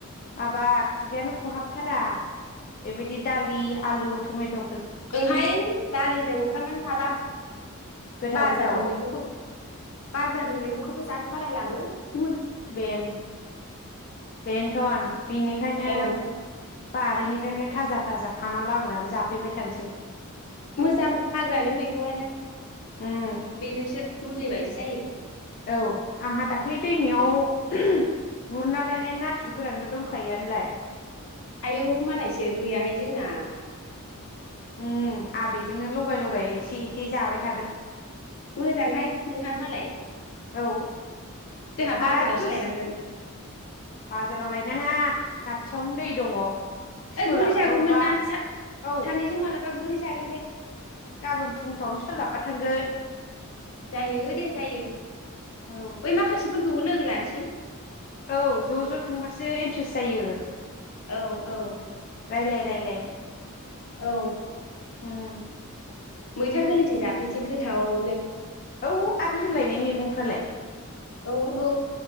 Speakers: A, on the left; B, on the left.
A: माबा खुगायानो खहाबथारा बेबायदि दालि आलु टमेट'
B: ओंहाय दालिजों ओंखामानो हाबा
A: गोथाव
B: बाजारनि
A: गोथाव
B: मैगंखौ बाजारनि मैगंखौबो जानो बालाय लांङो
A: बेन बेन्थन बेनिखायनो
B: औ
A: बारिनिफ्रायनो थाजा थाजा खाना लाबोनानै जाफै फैबाय थानोसै
B: मोजां हाग्रानि मैगङानो
A: उम
B: बेनोसो मुलि बायदि जायो
A: औ आंहा दाख्लै दैमायाव गुरना लायनाय नाथुर गोरानबो दंखायो आनोलाय
B: आयौ मालायसो गैयाहाय जोंना
A: उ आहा बेजोंनो लगाय लगाय एसे एसे जाबाय थागोन
B: मोजांहाय नोंहा मालाय
A: औ
B: जोंहा बाजारावसो
A: आरो गो <unintelligible>
B: लायनांगोन
A: बाजाराव लाय नाङा खाथियावनो दै दङ सोलाबब्रबबा
B: ओइ गुरहै जागौमोन ना सानैजों
A: औ
B: मालाबा गुरहै जागोन दे
A: गाबोन फुंफ्रावनो सोलाबबा थांगोन
B: जायो दे जायो
A: औ
B: बै माखासेफोरखौबो लोगो ला नोसै
A: औ ज' ज' थांबासो इन्ट्रेस्ट जायो
B: औ औ
A: रायलाय रायलाय
B: औ
A: ओं
B: मैथा गोरलैजों जाफैनोसै गोथावनो
A: औ आरो जों लायनाय मैगंफ्रालाय
B: औ औ